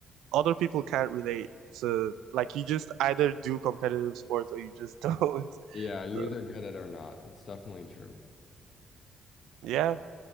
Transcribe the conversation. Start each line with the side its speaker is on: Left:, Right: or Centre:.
Right: other people can't relate to like you just either do competitive sports or you just don't. <laughs>
Left: Yeah, you
Right: So
Left: either get it or not. It's definitely true.
Right: yeah,